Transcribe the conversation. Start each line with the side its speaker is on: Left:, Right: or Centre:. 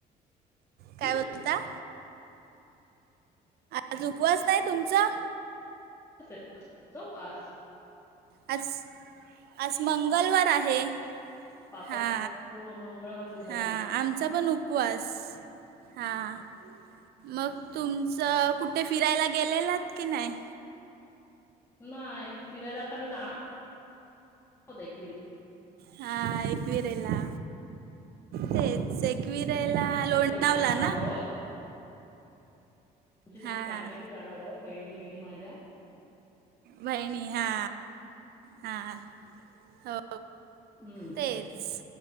Right: काय
Left: नाही
Right: बोलता? आज उपवास नाही तुमचा?
Left: <unintelligible> उपवास.
Right: आज आज मंगलवार आहे.
Left: पापड
Right: हा
Left: हो मंगळवारची भाजी
Right: हा. आम आमचा पण उपवास, हां मग तुम च कुठे फिरायला गेलेलात की नाही?
Left: नाय. फिरायला आता मी जाणार आहोत एक
Right: हा एकवीरेला. तेच एक एकवीरेला
Left: फिरायला
Right: लोणावला
Left: आम्ही जाणार
Right: ना.
Left: आहोत आमची सगळी
Right: हां
Left: फॅमिली
Right: हां
Left: जाणार आहोत, बहिणी बहिणी माझ्या.
Right: बहिणी, हा हा हो.
Left: हम्म
Right: तेच.